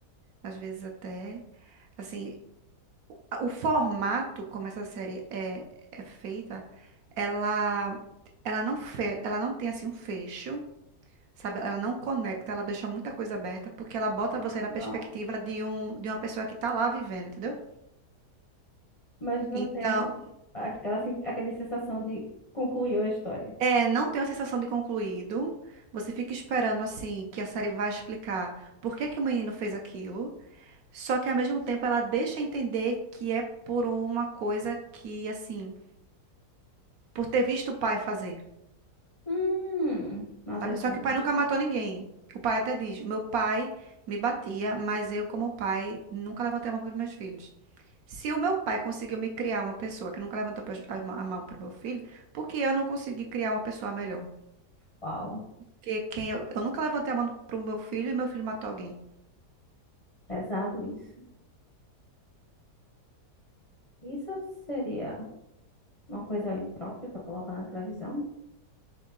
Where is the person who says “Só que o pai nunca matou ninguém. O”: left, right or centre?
Right